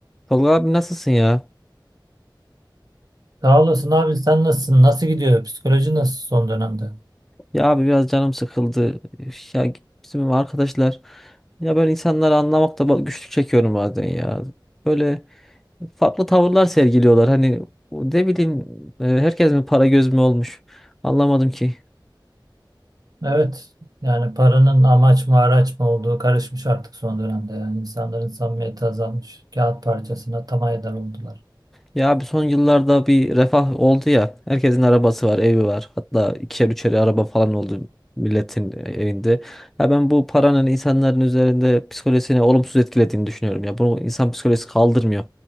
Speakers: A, in the centre; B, on the right.
A: Tolga abi nasılsın ya?
B: Sağ olasın abi sen nasılsın? Nasıl gidiyor? Psikoloji nasıl son dönemde?
A: Ya abi biraz canım sıkıldı. Üf, Ya bizim arkadaşlar ya böyle insanları anlamakta ba- güçlük çekiyorum bazen ya. Böyle farklı tavırlar sergiliyorlar. Hani o ne bileyim e, herkes mi para göz mü olmuş? Anlamadım ki.
B: Evet yani paranın amaç mı araç mı olduğu karışmış artık son dönemde. Yani insanların samimiyeti azalmış. Kağıt parçasına tam eder oldular.
A: Ya abi son yıllarda bir refah oldu ya. Herkesin arabası var, evi var. Hatta ikişer üçer araba falan oldu milletin evinde. Ya ben bu paranın insanların üzerinde psikolojisini olumsuz etkilediğini düşünüyorum. Ya bunu insan psikolojisi kaldırmıyor.